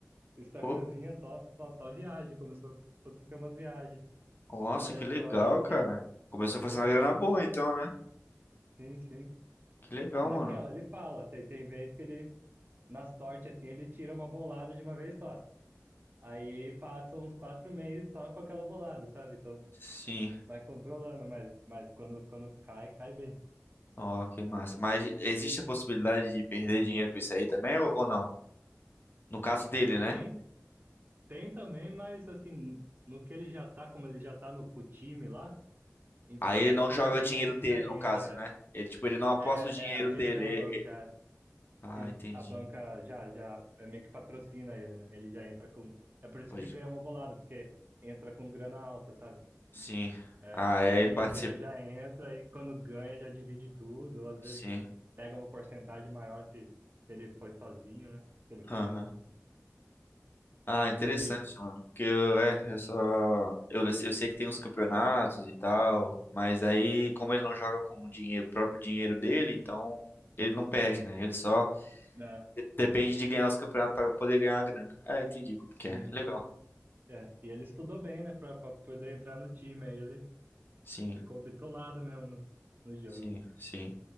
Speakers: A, on the right; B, on the left.
A: o Instagramzinho
B: Pô,
A: é só, só, só viagem. Começou a acontecer umas viagens
B: nossa,
A: aleatórias
B: que legal,
A: aí
B: cara.
A: que é,
B: Começou
A: é o
B: fazendo
A: poker.
B: uma grana boa, então, né?
A: Sim, sim.
B: Que legal,
A: É naquela,
B: mano.
A: ele fala. Tem, tem vez que ele, na sorte, assim, ele tira uma bolada de uma vez só. Aí passa uns quatro meses só com aquela bolada, sabe? Então
B: Sim.
A: vai controlando, mas, mas quando, quando cai, cai bem.
B: Ó, que massa. Mas existe a possibilidade de perder dinheiro com isso aí também, ou, ou não? No caso dele, né?
A: Tem, tem também, mas assim, no que ele já tá, como ele já tá no com o time lá, então
B: Aí ele não
A: funciona
B: joga o dinheiro
A: um pouco diferente.
B: dele, no caso,
A: É,
B: né? Ele, tipo, ele não aposta
A: é,
B: o dinheiro
A: é o dinheiro
B: dele.
A: da banca,
B: e- e-
A: é.
B: Ah,
A: sim.
B: entendi.
A: A banca já, já é meio que patrocina ele, né? Ele já entra com. É por isso
B: Pode.
A: que ganha uma bolada, porque entra com grana alta, sabe?
B: Sim.
A: É,
B: Ah, aí
A: O time
B: ele participa.
A: inteiro já entra e quando ganha já divide tudo, ou às
B: Sim.
A: vezes pega uma porcentagem maior se, se ele foi sozinho, né? Se ele foi
B: Aham.
A: mais.
B: Ah, interessante,
A: E.
B: mano. Porque eu, é, eu só. Eu, eu sei que tem uns campeonatos e tal. Mas aí, como ele não joga com o dinheiro, o próprio dinheiro dele, então ele não perde, né? Ele só
A: né,
B: de- depende de ganhar os campeonatos para poder ganhar a grana. É, entendi como
A: Sim,
B: que é. Legal.
A: é. E ele estudou bem, né, pra, pra poder entrar no time. Aí ele
B: Sim,
A: ficou bitolado mesmo no, no jogo.
B: sim,
A: <laughs>
B: sim.